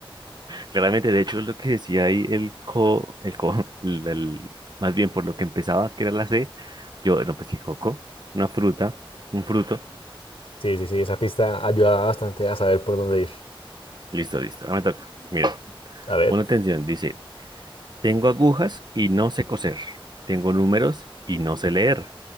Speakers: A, on the right; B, on the left.
A: Claramente, de hecho, es lo que decía ahí el co, el co, el- el- más bien por lo que empezaba, que era la C, yo, no, pues el coco, una fruta, un fruto.
B: Sí, sí, sí, esa pista ayudaba bastante a saber por dónde ir.
A: Listo, listo, ahora me toca. Mira,
B: A ver,
A: pon atención, dice, tengo agujas y no sé coser, tengo números y no sé leer.